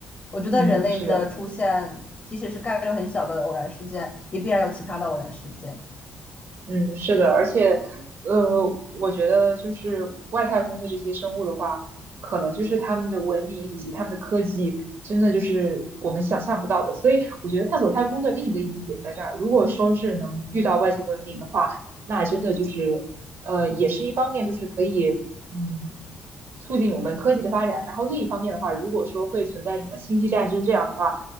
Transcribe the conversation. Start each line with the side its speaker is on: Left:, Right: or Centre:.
Left: 我觉得人类的出现，
Right: 嗯，是的。
Left: 即使是概率很小的偶然事件，也必然有其他的偶然事件。
Right: 嗯，是的，而且，呃，我觉得就是外太空的这些生物的话，可能就是他们的文明以及他们的科技，真的就是我们想象不到的。所以我觉得探索太空的另一个意义也在这儿。如果说是能遇到外星文明的话，那真的就是，呃，也是一方面就是可以，嗯，促进我们科技的发展。然后另一方面的话，如果说会存在什么星际战争这样的话，